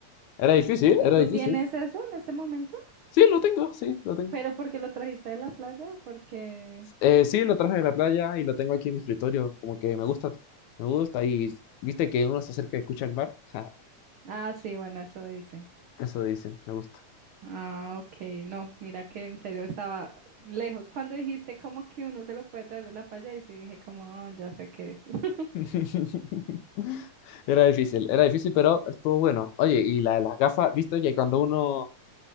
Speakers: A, on the left (about 75°); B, on the right (about 75°).
A: Era difícil,
B: ¿Y
A: era
B: tú
A: difícil.
B: tienes eso en este momento?
A: Sí, lo tengo, sí, lo tengo.
B: ¿Pero porque lo trajiste de la playa o porque...?
A: Eh, sí, lo traje de la playa y lo tengo aquí en mi escritorio, como que me gusta, me gusta. Y viste que uno se acerca y escucha el mar. <laughs>
B: Ah, sí, bueno, eso dice.
A: Eso dicen, me gusta.
B: Ah, ok, no, mira que en serio estaba lejos. Cuando dijiste como que uno se lo puede traer de la playa, y sí dije como, "Ah, ya sé qué es. <laughs>
A: <laughs> Era difícil, era difícil, pero estuvo bueno. Oye, y la, las gafas, viste que cuando uno,